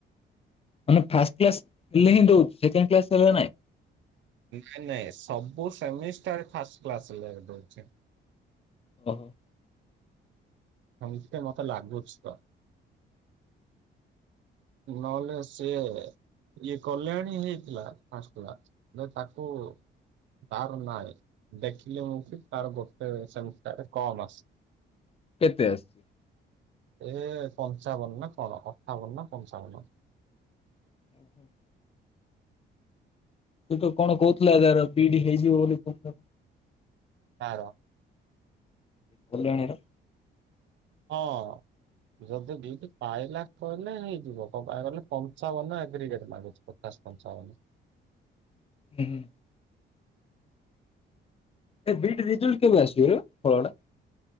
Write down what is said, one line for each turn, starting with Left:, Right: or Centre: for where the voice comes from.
Left: ମାନେ ଫାଷ୍ଟ୍ କ୍ଲାସ୍ ହେଲେ ହିଁ ଦଉଛି ସେକେଣ୍ଡ୍ କ୍ଲାସ୍ ହେଲେ ନାହିଁ।
Right: ନାଇଁ ନାଇଁ ସବୁ ସେମିଷ୍ଟାର୍ ରେ ଫାଷ୍ଟ କ୍ଲାସ୍ ହେଲେ ରେ ଦଉଛି।
Left: ଓ ହୋ।
Right: <unintelligible> ସମମିତିଟ ମତେ ଲାଗୁଛି ତ <unintelligible> ନହଲେ ସେ ଇଏ କଲ୍ୟାଣୀ ହେଇଥିଲା <unintelligible> ଫାସଲା ତାକୁ ତାର ନାଇଁ ଦେଖିଲି ମୁଁ କି ତାର ଗୋଟେ ସେ କମ୍ ଆସେ
Left: କେତେ ଆସ୍ଛି।
Right: ଏ ପଞ୍ଚାବନ ନା କଣ ଅଠାବନ ନା ପଞ୍ଚାବନ
Left: ଓହୋ ସେ ତ କଣ କହୁଥିଲା ତାର ବିଇଡି ହେଇଯିବ ବୋଲି <unintelligible> କହ ଦେବ
Right: କା ର
Left: କଲ୍ୟାଣି ର
Right: ହଁ। ଯଦି ଦି ଟି ପାଇଲା କହିଲେ ହେଇଯିବ କଲେ ପଞ୍ଚାବନ ଏଗ୍ରିଗେଟ ମାଗୁଛି <unintelligible> ଥା ପଞ୍ଚାବନ।
Left: ହୁଁ ହୁଁ। ଏ ବିଟ ରେଜଲ୍ଟ କେବେ ଆସିବ ଫଳ ଟା?